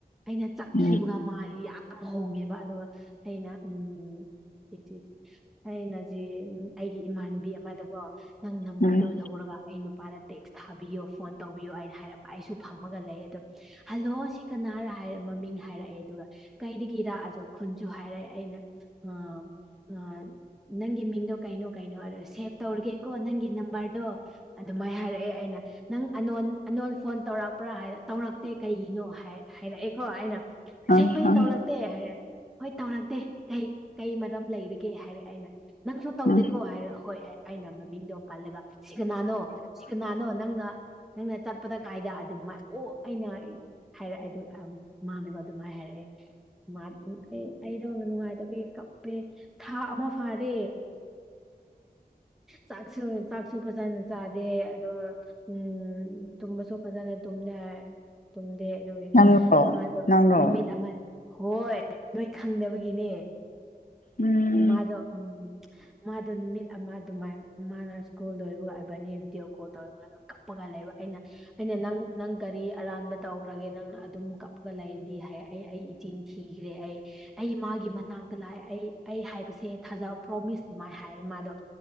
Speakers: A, in the centre; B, on the left (about 55°).
A: ꯑꯩꯅ ꯆꯠꯈꯤꯕꯒ
B: ꯎꯝ
A: ꯃꯥꯥꯏ ꯌꯥꯝ ꯍꯣꯡꯉꯦꯕ ꯑꯗꯨꯒ ꯑꯩꯅ ꯎꯝ ꯆꯦꯆꯦꯖ ꯑꯩꯅꯖꯤ ꯑꯩꯒꯤ ꯏꯃꯥꯟꯅꯕꯤ ꯑꯃꯗꯀꯣ ꯅꯪ ꯅꯝꯕꯔꯗꯣ
B: ꯎꯝ
A: ꯂꯧꯔꯒ ꯑꯩ ꯅꯨꯄꯥꯗ ꯇꯦꯛꯁ ꯊꯥꯕꯤꯌꯣ ꯐꯣꯟ ꯇꯧꯕꯤꯌꯣ ꯑꯩꯅ ꯍꯥꯏꯔꯛꯄ ꯑꯩꯁꯨ ꯐꯝꯃꯒ ꯂꯩꯌ‌ꯦ ꯗꯨꯝ ꯍꯜꯂꯣ ꯁꯤ ꯀꯅꯥꯔ ꯍꯥꯏꯔꯛ ꯃꯃꯤꯡ ꯍꯥꯏꯔꯛꯑꯦ ꯑꯗꯨꯒ ꯀꯩꯗꯒꯤꯔꯥ ꯑꯁꯨ ꯈꯨꯟ ꯁꯨ ꯍꯥꯏꯔꯛꯑꯦ ꯑꯩꯅ ꯉꯥꯝ ꯉꯥꯟ ꯅꯪꯒꯤ ꯃꯤꯡꯗꯣ ꯀꯩꯅꯣ ꯀꯩꯅꯣ ꯍꯥꯏꯔ ꯁꯦꯞ ꯇꯧꯔꯒꯦꯀꯣ ꯅꯪꯒꯤ ꯅꯝꯕꯔꯗꯣ ꯑꯗꯨꯃꯥꯏꯅ ꯍꯥꯏꯔꯛꯑꯦ ꯑꯩꯅ ꯅꯪ ꯑꯅꯣꯟ ꯑꯅꯣꯟ ꯐꯣꯟ ꯇꯧꯔꯛꯄ꯭ꯔꯥ ꯍꯥꯏꯔ ꯇꯧꯔꯛꯇꯦ ꯀꯩꯒꯤꯅꯣ ꯍꯥꯏ ꯍꯥꯏꯔꯛꯑꯦꯀꯣ ꯑꯩꯅ ꯑꯁꯦꯡꯕꯩ
B: ꯑ ꯑ
A: ꯇꯧꯔꯛꯇꯦ ꯍꯥꯏꯔ‍ꯦ ꯍꯣꯏ ꯇꯧꯔꯛꯇꯦ ꯀꯩ ꯀꯩ ꯃꯔꯝ ꯂꯩꯔꯤꯒꯦ ꯍꯥꯏꯔꯦ ꯑꯩꯅ ꯅꯪꯁꯨ ꯇꯧꯗꯦꯀꯣ
B: ꯎꯝ
A: ꯍꯥꯏꯔ ꯍꯣꯏ ꯑꯩꯅ ꯃꯃꯤꯡꯗꯣ ꯄꯜꯂꯒ ꯁꯤ ꯀꯅꯥꯅꯣ ꯁꯤ ꯀꯅꯥꯅꯣ ꯅꯪꯅ ꯅꯪꯅ ꯆꯠꯄꯗ ꯀꯥꯏꯗ ꯑꯗꯨꯝ ꯑꯣ ꯑꯩꯅ ꯍꯥꯏꯔꯛꯑꯦ ꯑꯗꯨꯒ ꯃꯥꯅꯒ ꯑꯗꯨꯃꯥꯏꯅ ꯍꯥꯏꯔꯛꯑꯦ ꯃꯥ ꯑꯩꯗꯣ ꯅꯨꯡꯉꯥꯏꯇꯕꯒꯤ ꯀꯞꯄꯦ ꯊꯥ ꯑꯃ ꯐꯥꯔꯦ ꯆꯥꯛꯁꯨ ꯆꯥꯛꯁꯨ ꯐꯖꯅ ꯆꯥꯗꯦ ꯑꯗꯣ ꯎꯝ ꯇꯨꯝꯕꯁꯨ ꯐꯖꯅ ꯇꯨꯝꯗꯦ ꯍꯥꯏ ꯇꯨꯝꯗꯦ ꯑꯗꯨꯒꯤ
B: ꯅꯪꯔꯣ
A: ꯃꯥꯗꯣ
B: ꯅꯪꯔꯣ
A: ꯅꯨꯃꯤꯠ ꯑꯃ ꯍꯣꯏ ꯅꯣꯏ ꯈꯪꯗꯕꯒꯤꯅꯦ
B: ꯎꯝ
A: ꯃꯥꯗꯣ ꯎꯝ ꯃꯥꯗꯣ ꯅꯨꯃꯤꯠ ꯑꯃ ꯑꯗꯨꯃꯥꯏ ꯃꯥꯅ ꯁ꯭ꯀꯨꯜ ꯂꯣꯏꯕ ꯑꯣꯏꯕꯅꯤ ꯚꯤꯗꯤꯑꯣ ꯀꯣꯜ ꯇꯧꯔ ꯃꯥ ꯀꯞꯄꯒ ꯂꯩꯕ ꯑꯩꯅ ꯑꯩꯅ ꯅꯪ ꯅꯪ ꯀꯔꯤ ꯑꯔꯥꯟꯕ ꯇꯧꯈ꯭ꯔꯒꯦ ꯅꯪꯅ ꯑꯗꯨꯝ ꯀꯞꯒ ꯂꯩꯔꯗꯤ ꯍꯥꯏ ꯑꯩ ꯑꯩ ꯏꯆꯤꯟ ꯊꯤ ꯈ꯭ꯔ‌ꯦ ꯑꯩ ꯑꯩ ꯃꯥꯒꯤ ꯃꯅꯥꯛꯇ ꯂꯥꯛꯑꯦ ꯑꯩ ꯑꯩ ꯍꯥꯏꯕꯁꯦ ꯊꯥꯖꯧ ꯄ꯭ꯔꯣꯃꯤꯁ ꯑꯗꯨꯃꯥꯏ ꯍꯥꯏ ꯃꯥꯗꯣ